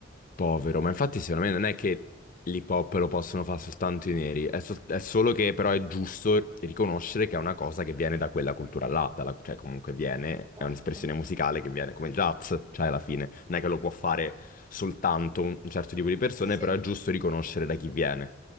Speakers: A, on the left; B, on the right.
A: povero, ma infatti secondo me non è che l'hip hop lo possono fare soltanto i neri, è, sol- è solo che però è giusto riconoscere che è una cosa che viene da quella cultura là, dalla- cioè comunque viene,
B: Certo.
A: è un'espressione musicale che viene come il jazz, cioè alla fine non è che lo può fare soltanto un un certo tipo di persone,
B: Sì, sì.
A: però è giusto riconoscere da chi viene.